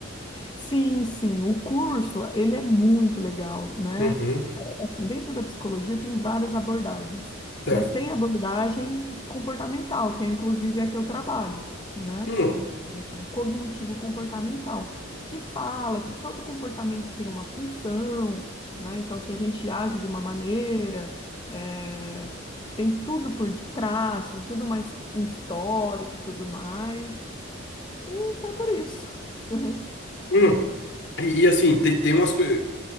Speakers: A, on the left; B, on the left.
A: Sim, sim, o curso, ele é muito legal, né?
B: Uhum,
A: Assim, dentro da psicologia tem várias abordagens,
B: certo.
A: mas tem a abordagem comportamental, que é inclusive a que eu trabalho, né?
B: Hum,
A: É, Cognitivo-comportamental, que fala que todo comportamento tem uma função, né? Então, se a gente age de uma maneira, eh, tem tudo por detrás, tem tudo mais um histórico e tudo mais. E foi por isso. <laughs>
B: hum. E, e, assim, tem, tem umas coisas